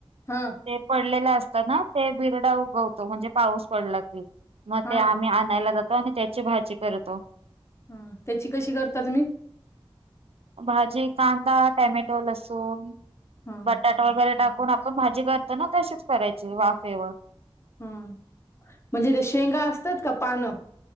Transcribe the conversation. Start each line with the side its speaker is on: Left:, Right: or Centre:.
Left: हा.
Right: ते पडलेला असता ना ते बिरडा उगवतो म्हणजे पाऊस पडला की. मग
Left: हां,
Right: ते आम्ही आणायला जातो आणि त्याची भाजी करतो.
Left: हम त्याची कशी करता तुम्ही?
Right: भाजी, कांदा, टॅमॅटो, लसून,
Left: हं,
Right: बटाट, वगैरे टाकून आपण भाजी करतो ना तशीच करायची वाफे
Left: हम् म्हणजे ते शेंगा असतात का पानं